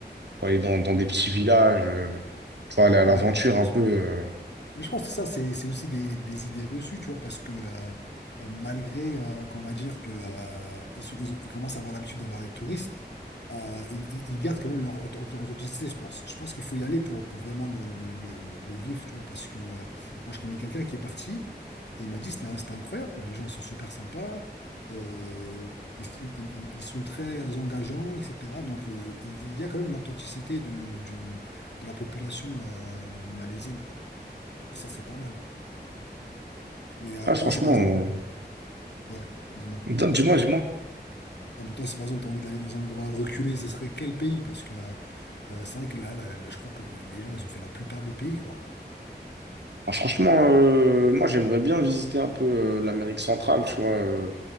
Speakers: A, on the right; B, on the left.
A: faut aller dans, dans des petits villages, euh, faut aller à
B: Ouais,
A: l'aventure
B: je pense.
A: un peu. euh.
B: Mais je pense que ça, c'est c'est aussi des, des idées reçues, tu vois, parce que euh, euh, malgré euh, qu'on va dire que euh, ils sont, ils ont- ils commencent à avoir l'habitude d'avoir des touristes, euh, ils, ils- ils gardent quand même leur auth- auth- authenticité, je pense. Je pense qu'il faut y aller pour, pour vraiment le, le, le, le- le vivre, tu vois, parce que euh, moi, je connais quelqu'un qui est parti et il m'a dit c'était un- c'était incroyable, quoi. Les gens, ils sont super sympas, euh, ils, ils- ils- ils sont très engageants, etc. Donc, euh, il il y a quand même l'authenticité de, du- de la population euh, malaisienne, quoi. Ça, c'est pas mal. Mais euh,
A: Ah, franchement,
B: toi, c'est par exemple.
A: euh,
B: Ouais, dis-moi.
A: dis-moi, dis-moi.
B: Ah, mais toi, c'est par exemple, t'as envie d'aller dans un endroit reculé, ce serait quel pays? Parce que euh, euh, c'est vrai que là, là, je crois que les gens, ils ont fait la plupart des pays, quoi.
A: Ah, franchement, euh, moi j'aimerais bien visiter un peu euh, l'Amérique centrale, tu vois. euh.